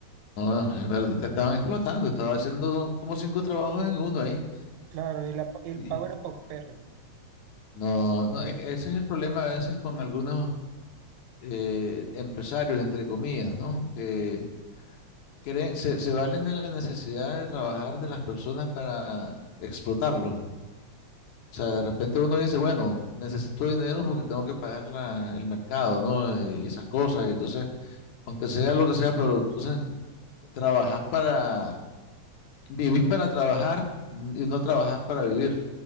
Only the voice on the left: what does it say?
No, es verdad, te estaban explotando, estaba haciendo como cinco trabajos en uno ahí.
Y-
No, no, es que ese es el problema a veces con algunos eh, empresarios, entre comillas, ¿no? Que creen, se, se valen de la necesidad de trabajar de las personas para explotarlos. O sea, de repente uno dice, bueno, necesito dinero porque tengo que pagar la, el mercado, ¿no? Eh, Y esas cosas. Y entonces, aunque sea lo que sea, pero entonces trabajas para, vivís para trabajar mm, y no trabajas para vivir.